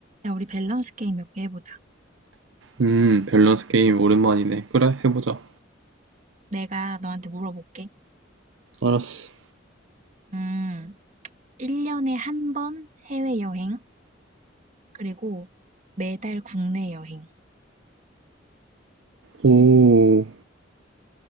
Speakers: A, on the right; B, on the right.
A: 야, 우리 밸런스 게임 몇 개 해보자.
B: 음, 밸런스 게임 오랜만이네. 그래, 해보자.
A: 내가 너한테 물어볼게.
B: 알았어.
A: 음, 1년에 한 번 해외여행, 그리고 매달 국내 여행.
B: 오,